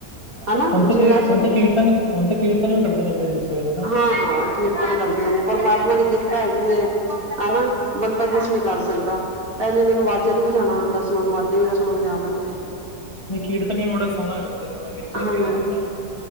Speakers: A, on the right; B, on the left.
A: ਹਨਾ
B: ਹੁਨ
A: ਜਿਵੇਂ
B: ਤੇ ਕੀ
A: ਅਸੀਂ
B: ਹੁਨ ਤੇ ਕੀਰਤਨ, ਹੁਨ ਤੇ ਕੀਰਤਨ ਵੀ ਕਡਦੇ ਨੇ ਵੀਰ ਜੀ ਸਵੇਰੇ, ਹੈਨਾ।
A: ਹਾਂ ਹਾਂ ਕੀਰਤਨ ਕਰਦੇ ਨੇ, ਪਰਮਾਤਮਾ ਦੀ ਕਿਰਪਾ ਹੈਗੀ ਏ ਹੈਨਾ, ਬੰਦਾ ਕੁਛ ਨੀ ਕਰ ਸਕਦਾ। ਪੈਲੇ ਈਨਾਂ ਨੂੰ ਵਾਜਾ ਨੀ ਵਜਾਨਾ ਆਂਦਾ ਸੀ ਹੁਨ, ਵਾਜੇ ਵਿਨਾ ਸੁ ਹੁਣ ਵਜਾ ਲੈਂਦੇ ਨੇ,
B: ਨਹੀਂ ਕੀਰਤਨ ਵੀ ਬੜਾ ਸੋਹਣਾ ਕਰਦੇ ਨੇ ਮੈਂ ਵੇਖਿਆ
A: ਹਾਂਜੀ।
B: ਸੀ ਇਹਨਾਂ ਨੂੰ ਨਾ